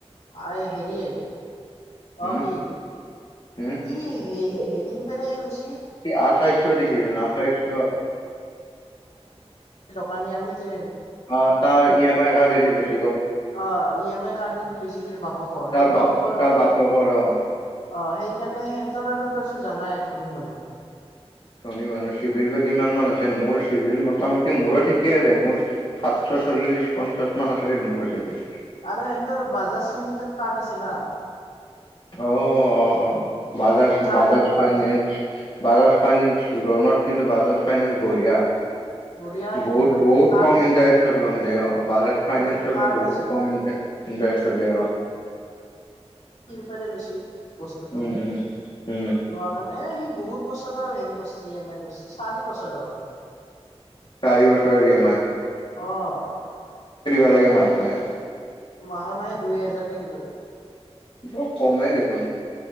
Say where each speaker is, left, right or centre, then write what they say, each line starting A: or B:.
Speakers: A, on the left; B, on the left.
A: আ হেৰিয়ে
B: উম
A: অ সি
B: উম
A: সি হেৰি। পিনেহে লৈছিল।
B: সি আঠাইছশ দিছিল আঠাইছশ।
A: কানি আমি। যে
B: অ তাৰ ই এম আই কাৰ্ড। দি লৈছিল।
A: অহ ই এম আই কাৰ্ড দি দি লৈছে হ বাপকৰ
B: তাৰ
A: হিৰ বাপকৰ।
B: বাপ তাৰ বাপেকৰ অ
A: অ সেইকাৰণে সেটৰ আৰু তাৰছ জানাই ধনী মানুহ।
B: ধনী মানুহ চিভিৰ বা কিমান মান আছে মোৰ চিভিল মোটামুটি মোৰো ঠিকেই আছে মোৰ সাতশ চল্লিশ পঞ্চাশ মান আছে মোৰ চিভিল।
A: আৰু সেনতৰ বাজাজ লিমিটেড কাৰ্ড আছে না।
B: অ অ অ। বাজাজ
A: সেই কাৰ্ডৰ
B: বাজাজ
A: পৰা
B: ফাইনেন্স
A: লৈছো
B: বাজাজ ফাইনেন্স লোনত কিন্তু বাজাজ ফাইনেন্স বঢ়িয়া।
A: বঢ়িয়া সেইটো
B: বহুত
A: এইটো
B: বহুত
A: কাৰ্ড
B: কম
A: আছে
B: ইণ্টাৰেষ্টৰ লোন দে বাজাজ ফাইনেন্সৰ
A: এইটো কাৰ্ড
B: পৰা বহুত
A: আছে
B: কম ইণ্টাৰেষ্ট দিয়ে অ।
A: এক বাৰে লৈছে। বস্তুটো
B: উম উম উম
A: লোৱা কাৰণে সি বহুত। এক বছৰৰ হেৰি কৰিছে ই এম আই কৰিছে চাৰি বছৰৰ।
B: চাৰি বছৰৰ ই এমাই।
A: অ
B: দিব লাগে মাহে মাহে।
A: মাহে মাহে দুই এজন। ধেই দিব লাগিব।
B: <inaudible> কমেই দেখোন